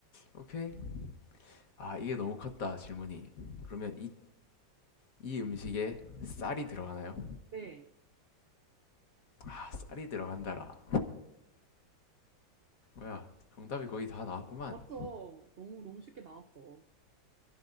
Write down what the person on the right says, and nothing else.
네.
맞죠? 너무, 너무 쉽게 나왔죠.